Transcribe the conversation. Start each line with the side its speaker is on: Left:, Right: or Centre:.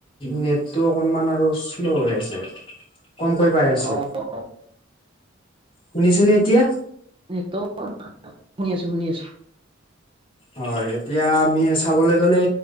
Left: নেটটো অকনমান আৰু শ্ল' হৈ আছে কমকৈ পাই আছো,
Right: অ অ
Left: শুনিছেনে এতিয়া।
Right: সেইটো শুনি আছো- শুনি আছো।
Left: হয়, এতিয়া আমি চাবলৈ গ'লে